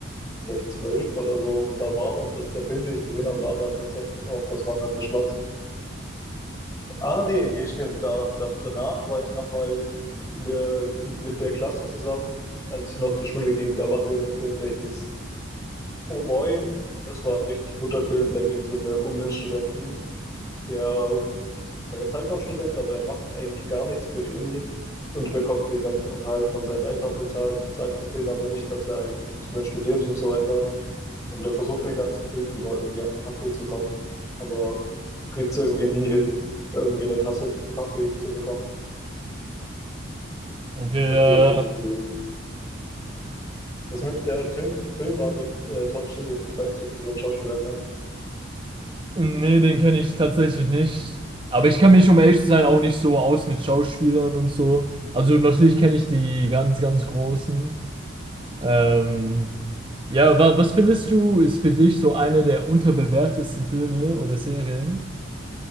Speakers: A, on the left; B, on the right.
A: vielleicht zwölf oder so. Und da war auch das, der Film, den ich gesehen habe, war da tatsächlich auch das Wandernde Schloss. Ah, nee, nee, stimmt. Da, da, danach war ich nochmal in der, in, mit der Klasse zusammen, als ich noch zur Schule ging. Da waren wir in einem Film, der hieß. Oh Boy, das war ein richtig guter Film. Da ging es um, ne, um einen Studenten, der, der ist halt noch Student, aber er macht eigentlich gar nichts für die Uni und bekommt den ganzen Unterhalt von seinen Eltern bezahlt und sagt es denen aber nicht, dass er eigentlich nicht mehr studiert und so weiter. Und er versucht den ganzen Film über irgendwie an Kaffee zu kommen, aber kriegt es irgendwie nie hin, irgendwie eine Tasse Kaffee zu bekommen.
B: Okay,
A: Das war richtig cool. Das mit der Tim Film war mit äh, Tom Schilling. Ich weiß nicht, ob du den Schauspieler kennst.
B: Nee, den kenne ich tatsächlich nicht. Aber ich kann mich, um ehrlich zu sein, auch nicht so aus mit Schauspielern und so. Also natürlich kenne ich die ganz, ganz Großen. Ähm, ja, wa was findest du, ist für dich so einer der unterbewertesten Filme oder Serien?